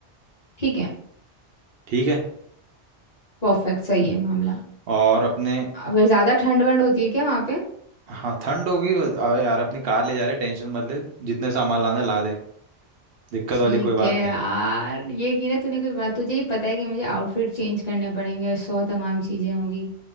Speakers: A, on the left; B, on the right.
A: ठीक है
B: ठीक है
A: परफेक्ट सही
B: हम्म।
A: है मामला
B: और अपने
A: अगर ज़्यादा ठंड वंड होती है क्या वहाँ पे
B: हाँ ठंड होगी अबे यार अपनी कार ले जा रहे टेंशन मत ले जितने सामान लाने ला दे दिक्कत
A: ठीक
B: वाली कोई बात
A: है यार
B: नहीं
A: ये की ना तूने कोई बात तुझे ही पता है कि मुझे आउटफिट चेंज करने पड़ेंगे और सौ तमाम चीज़ें होंगी